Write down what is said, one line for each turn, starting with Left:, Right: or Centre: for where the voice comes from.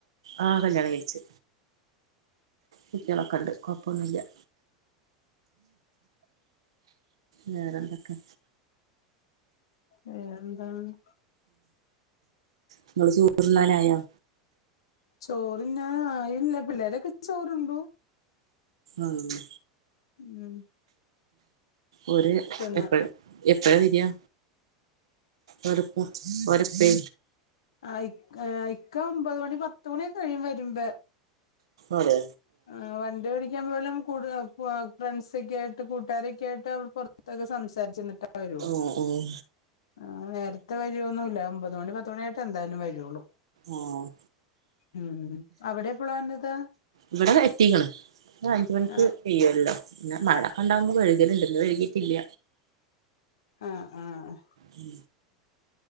Right: ആഹ് കല്ല്യാണം കഴ്ച്ച് മ് ട്ടിളൊക്ക ണ്ട് കൊപ്പൊന്നുല്ല. വേറന്തൊക്കെ?
Left: വേറെന്താണ്?
Right: ഇങ്ങള് സൂർന്നനായോ?
Left: ചോറ് ന്നാനാഈല്ല പിള്ളേരൊക്കെ ച്ചോറുണ്ടു.
Right: ആഹ്
Left: മ്
Right: ഒര്
Left: പിന്നെ
Right: എപ്പഴാ എപ്പഴാ വരാ? ഓരെ കൂ <unintelligible> ഓരെ പ്പെ
Left: ആഹ് ഇക്ക ഒമ്പത് മണി പത്തുമണിയൊക്ക കഴിയും വരുമ്പേ
Right: അതേ
Left: ആഹ് വണ്ടി ഓടിക്കാം പോലും കൂട്ആ <unintelligible> ഫ്രൻസൊക്കെ ആയിട്ട് കൂട്ടാരൊക്കെ ആയിട്ട് അവർ പൊർത്തൊക്കെ സംസാരിച്ചി ന്ന്ട്ടാ വരുഒള്ളൂ
Right: ആഹ് ആഹ്
Left: ആഹ് നേരത്തെ വരുഒന്നുല്ല ഒമ്പത് മണി പത്തുമണി ആയിട്ടാ എന്തായാലും വരൊള്ളൂ.
Right: ആഹ്
Left: മ് അവിടെ എപ്പളാ വന്നത്ത്?
Right: ഇവിടെ എത്തിക്ക്ണ് ര് അഞ്ച് മണിക്ക്.
Left: ആ
Right: പെയ്യുല്ലോ പിന്നെ മഴൊക്കെ ഇണ്ടാവുബം വെഴ്കല്ണ്ട് ഇന്ന് വെഴ്കീട്ടില്ല.
Left: ആഹ് ആഹ്
Right: മ്